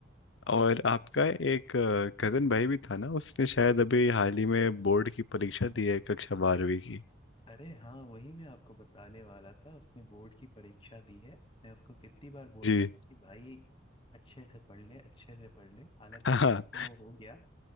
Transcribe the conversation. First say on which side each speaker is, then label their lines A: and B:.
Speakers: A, on the left; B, on the left.
A: हाँ
B: और आपका एक कजन भाई भी था ना उसने शायद अभी हाल ही में बोर्ड की परीक्षा दी है कक्षा बारहवीं की
A: अरे हाँ वही मैं आपको बताने वाला था उसने बोर्ड की परीक्षा दी है मैं उसको कितनी बार बोलता
B: जी <laughs>
A: हूँ कि भाई अच्छे से पढ़ ले अच्छे से पढ़ ले हालांकि
B: हाँ हाँ।
A: तो वो हो गया